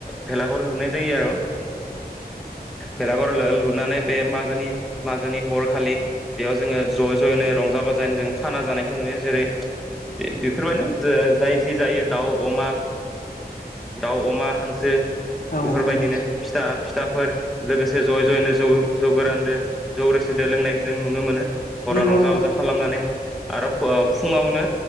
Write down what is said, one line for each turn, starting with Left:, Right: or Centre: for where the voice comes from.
Centre: भेलागुर लुनाय जायो आरो भेलागुर लो-लुनानै बे मागोनि मागोनि हरखालि बेयाव जोङो ज' ज'यैनो रंजा बाजायै जों खाना जानायखौ नुयो जेरै- बेफोरबायनो जौ जाय जि जायो दाउ अमा दाउ अमा हांसो
Left: औ
Centre: बेफोरबायदिनो
Left: नंगौ
Centre: फिथा फि थाफोर लोगोसे ज'यै ज'यैनो जौ जौ गोरानदो जों जौ रोसिदो लोंनायखौ जों नुनो मोनो। हराव
Left: नंगौ
Centre: रंजा बाजा खालामनानै आरो फो-फुङावनो